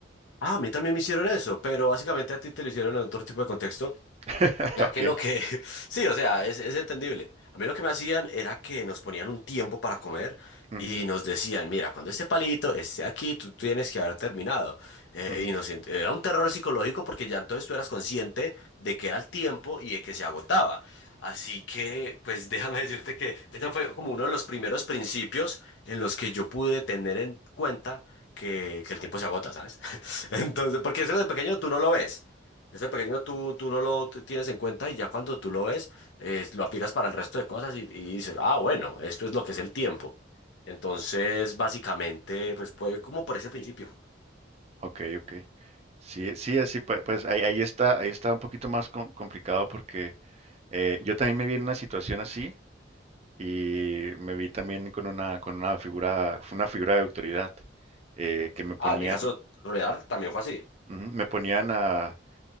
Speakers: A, on the left; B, on the right.
A: ah, a mí también me hicieron eso, pero básicamente a ti te lo hicieron en otro tipo de contexto.
B: <laughs>
A: Ya
B: Ok.
A: que lo que... <laughs> Sí, o sea, es, es entendible. A mí lo que me hacían era que nos ponían un tiempo para comer
B: Ujú,
A: y nos decían, mira, cuando este palito esté aquí, tú tienes que haber terminado. Eh,
B: ujú.
A: y nos, ent- era un terror psicológico porque ya entonces tú eras consciente de que era el tiempo y de que se agotaba. Así que, pues <laughs> déjame decirte que este fue como uno de los primeros principios en los que yo pude tener en cuenta que, que el tiempo se agota, ¿sabes? <laughs> Entonces, porque eso de pequeño tú no lo ves. Ese pequeño tú, tú no lo t- tienes en cuenta y ya cuando tú lo ves, eh, lo aplicas para el resto de cosas y, y dices, ah, bueno, esto es lo que es el tiempo. Entonces, básicamente, pues fue como por ese principio.
B: Ok, ok. Sí, sí, así pue- pues, ahí, ahí está, ahí está un poquito más com- complicado porque eh, yo también me vi en una situación así y me vi también con una, con una figura, fue una figura de autoridad eh, que me ponía,
A: Ah, en mi caso real también fue así.
B: ujú, me ponían a,